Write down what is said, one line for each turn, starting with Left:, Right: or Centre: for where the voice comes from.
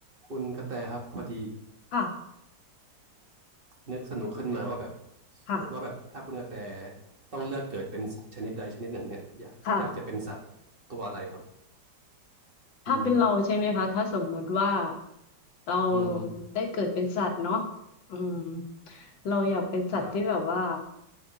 Right: คุณกระแตครับพอดี
Left: ค่ะ
Right: นึกสนุกขึ้นมาว่าแบบสมมติว่าแบบถ้าคุณกระแต
Left: ค่ะ
Right: ต้องเลือกเกิดเป็นสัตว์ชนิดใดชนิดหนึ่งเนี่ยอยากอยากจะเป็นสัตว์ตัวอะไรครับ
Left: ค่ะถ้าเป็นเราใช่ไหมคะถ้าสมมุติว่า
Right: อืม
Left: เรา
Right: อืมอืม
Left: ได้เกิดเป็นสัตว์เนาะอืมเราอยากเป็นสัตว์ที่แบบว่า
Right: ครับ